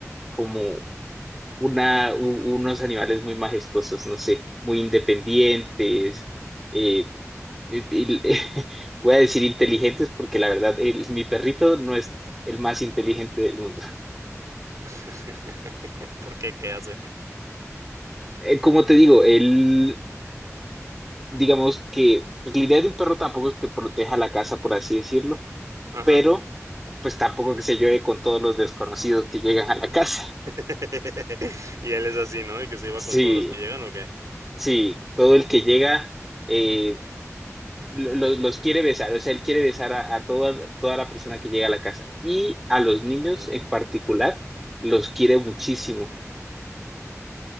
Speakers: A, in the centre; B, on the right.
A: como una, u- unos animales muy majestuosos, no sé, muy independientes. eh, y- y- <laughs> voy a decir inteligentes porque la verdad, el- mi perrito no es el más inteligente del mundo.
B: <laughs> ¿Por qué? ¿Qué hace?
A: eh, como te digo, él, digamos que, pues la idea de un perro tampoco es que proteja la casa, por así decirlo,
B: Ajá.
A: pero pues tampoco que se lleve con todos los desconocidos que llegan a la casa. <laughs>
B: <laughs> y él es así, ¿no? Y que se iba
A: Sí,
B: con todos los que llegan, ¿o qué?
A: sí, todo el que llega eh, lo- lo-
B: Qué hermoso.
A: los quiere besar, o sea, él quiere besar a, a toda, toda la persona que llega a la casa y a los
B: Ujú,
A: niños en particular los quiere muchísimo.